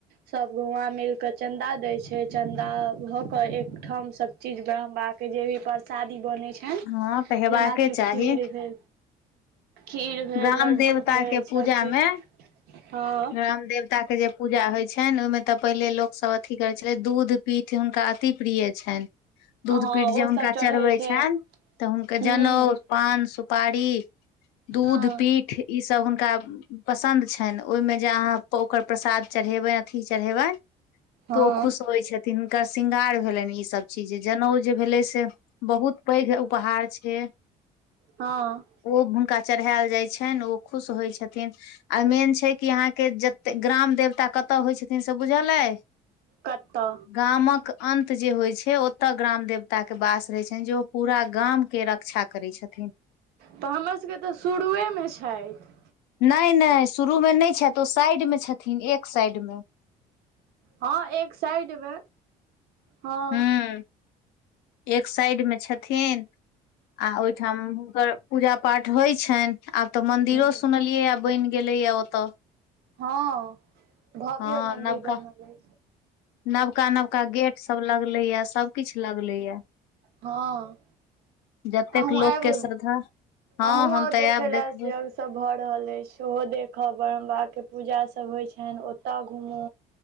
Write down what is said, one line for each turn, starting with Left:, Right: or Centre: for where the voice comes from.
Right: सभ गउआ मिलके चंदा देय छै, चंदा भऽ के एकठाम सभ चीज बनबा। जे भी प्रसादी बनै छैन,
Left: हँ तऽ हेबाके
Right: जेनाकि
Left: चाही
Right: खीर भेल। खीर भेल
Left: ग्राम
Right: लड्डू
Left: देवता
Right: भेल
Left: के पूजा
Right: सभ चीज,
Left: मे
Right: हैं।
Left: राम देवता के जे पूजा होई छेन, ओहि मे तऽ पहिले लोक सभ अथि करैत छलै दूध पीठ हुनका अति प्रिय छेन।
Right: हँ
Left: दूध पीठ
Right: ओ
Left: जे हुनका
Right: सब चढ़ै
Left: चढ़बै
Right: छै
Left: छैन। अहुँ केँ
Right: हूँ
Left: जनउ पान सुपारी। दूध
Right: हँ
Left: पीठ ई सभ हुनका पसन्द छैन। हेन ओहिमे जे अहाँ ओकर प्रसाद चढ़ेबनि अथी चढ़ेबनि
Right: हँ
Left: तऽ ओ खुश होइत छथि तिनका श्रृंगार भेलनि ई सब चीज जनेउ जे भेले से बहुत पैघ ठार छियै
Right: हाँ
Left: ओ हुनका चढ़ायल जाइ छनि ओ खुश होइ छथिन आ मेन छै कि अहाँके जत ग्राम देवता कतय होइ छथिन से बुझले
Right: कत्ता
Left: गामक अंत जे होइ छै ओतऽ ग्राम देवता के वास रहय छनि जे ओ पूरा गाम के रक्षा करै छथिन
Right: तऽ हमरो सभके तऽ शुरुएमे छथि
Left: नहि नहि शुरूमे नहि छथि ओ साइडमे छथिन एक साइडमे
Right: हँ एक साइड मे हँ
Left: हूँ एक साइड मे छथिन आ ओहिठाम हुनकर पूजा पाठ होइ छनि आब त मंदिरो
Right: ह
Left: सुनलियै य बनि गेले य ओते
Right: हँ भव्य
Left: हँ
Right: मन्दिर
Left: नवका
Right: बनल छै
Left: नवका नवका गेट सब लगले या सबकिछ लगले ये
Right: हँ
Left: जतेक
Right: अहूँ
Left: लोक
Right: एयब
Left: के श्रद्धा हँ
Right: आहूँ
Left: हम
Right: आउ
Left: तऽ
Right: देखे
Left: आयब देखबो
Right: ले ऐल छिये सभ भऽ रहल अछि सेहो देखब ब्रह्म बाबा के पूजा सभ होइ छनि ओतय घूमू